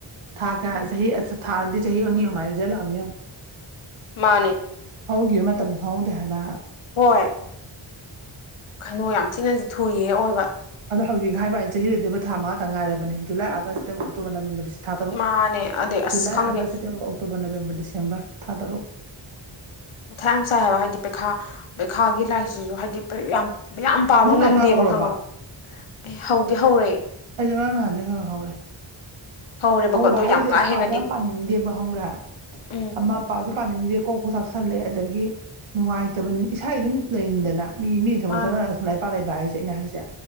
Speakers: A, on the right; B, on the left.
A: ꯊꯥ ꯀꯌꯥ ꯆꯍꯤ ꯊꯥꯗꯤ ꯆꯍꯤ ꯑꯅꯤ ꯑꯍꯨꯝ ꯍꯥꯏ ꯔꯤꯖꯜ ꯂꯥꯛꯑꯅꯤꯣ
B: ꯃꯥꯅꯦ
A: ꯍꯧꯈꯤꯕ ꯃꯇꯝꯗ ꯍꯧꯗꯦ ꯍꯥꯏꯕ
B: ꯍꯣꯏ ꯈꯅꯨ ꯌꯥꯝ ꯊꯤꯅꯗꯤ ꯊꯨꯔꯤꯌꯦ ꯑꯣꯏꯕ
A: ꯑꯗꯣ ꯍꯧꯖꯤꯛ ꯍꯥꯏꯕ ꯑꯩꯅ ꯆꯍꯤꯗꯣꯏꯔꯤꯕ ꯊꯥ ꯃꯥꯪ ꯉꯥꯏꯔꯕ ꯖꯂꯥꯏꯥꯒꯁꯁꯤꯗ ꯑꯣꯛꯇꯣꯕꯔ ꯅꯕꯦꯝꯕꯔꯁꯤꯦ ꯊꯥ ꯇꯔꯨꯛ
B: ꯃꯥꯅꯦ ꯑꯗꯩ ꯑꯁ
A: ꯨꯂꯥꯏ
B: ꯈꯪꯗꯦ
A: August September October November December ꯊꯥ ꯇꯔꯨꯛ
B: ꯃꯊꯥ ꯌꯥꯝ ꯆꯥꯏ ꯍꯥꯏꯕ ꯍꯥꯏꯗꯤ ꯄꯩꯈꯥ ꯄꯩꯈꯥꯒꯤ ꯂꯥꯏꯁꯤꯁꯨ ꯍꯥꯏꯗꯤ ꯌꯥꯝ ꯌꯥꯝ ꯄꯥꯕ
A: ꯅꯪ
B: ꯉꯝꯗꯦꯕ
A: ꯂꯥꯏꯔꯤꯛ ꯄꯥ ꯍꯧꯔꯕꯣ
B: ꯈꯪꯉꯕ ꯑꯦ ꯍꯧꯗꯤ ꯍꯧꯔꯛꯦ
A: ꯑꯩꯁꯨ ꯉꯔꯥꯡ ꯅꯍꯥꯟꯅꯩ ꯈ ꯍꯧꯔꯦ
B: ꯍꯧꯔꯦꯕꯀꯣ
A: ꯍꯧꯕ
B: ꯑꯗꯣ
A: ꯍꯥꯏꯁꯦ
B: ꯌꯥꯝ ꯀꯥ
A: ꯑꯁꯄꯥꯗ
B: ꯍꯦꯟꯅꯗꯤ
A: ꯌꯥꯝ ꯄꯥꯅꯤꯡꯗꯦꯕ ꯍꯧꯔꯦ
B: ꯎꯝ
A: ꯃ ꯑꯄꯥꯁꯨ ꯄꯥꯅꯤꯡꯗꯦ ꯀꯣꯛꯄ ꯆꯥꯛꯁꯜꯂꯦ ꯑꯗꯒꯤ ꯅꯨꯡꯉꯥꯏꯇꯕ ꯏꯁꯥꯒꯤ ꯑꯗꯨꯝ ꯂꯩꯔꯤꯟꯗꯅ ꯃꯤ ꯃꯤꯅ ꯊꯕꯛ
B: ꯃꯥꯅꯦ
A: ꯆꯠꯅꯔꯒ ꯁꯨꯝ ꯂꯩꯄꯥꯛ ꯂꯩꯕ ꯍꯥꯏꯁꯦ ꯑꯩꯅ ꯍꯥꯏꯁꯦ